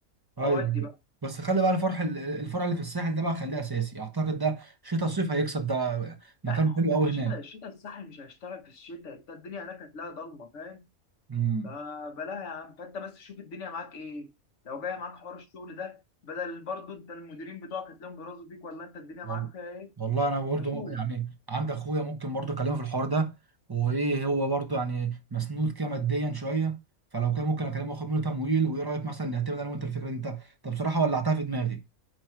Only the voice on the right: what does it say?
ايوه
بس خلي بقى الفرح الفرع اللي في الساحل ده بقى خليه اساسي اعتقد ده شتاء صيف هيكسب ده مكان
حلو
قوي
هناك
امم
وال-
والله انا برضه
يعني عند اخويا ممكن برضه اكلمه في الحوار ده وايه هو برضه يعني مسنود كده ماديا شويه فلو كان ممكن اكلمه واخد منه تمويل وايه رايك مثلا نعتمد انا وانت الفكره دي انت طب بصراحه ولعتها في دماغي